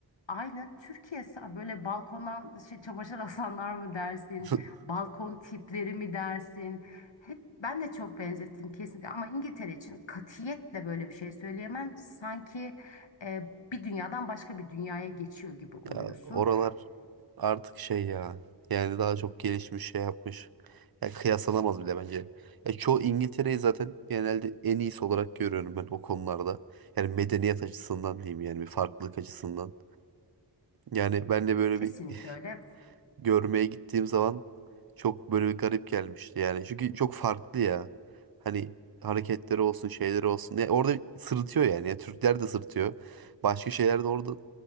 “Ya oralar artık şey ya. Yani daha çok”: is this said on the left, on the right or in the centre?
Right